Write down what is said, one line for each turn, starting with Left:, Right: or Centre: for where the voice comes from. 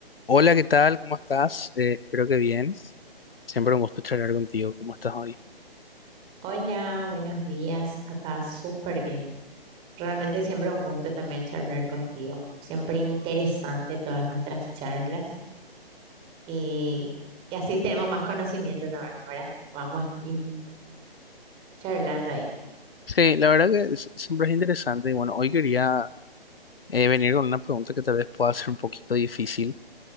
Left: Hola, ¿qué tal? ¿Cómo estás? Eh, espero que bien. Siempre un gusto charlar contigo. ¿Cómo estás hoy?
Right: Hola, buenos días. Acá súper bien. Realmente siempre un gusto también charlar contigo. Siempre interesante todas nuestras charlas y, y así tenemos más conocimiento también, ¿verdad? Vamos in- charlando ahí.
Left: Sí, la verdad que es- siempre es interesante. Y bueno, hoy quería eh, venir con una pregunta que tal vez pueda ser un poquito difícil,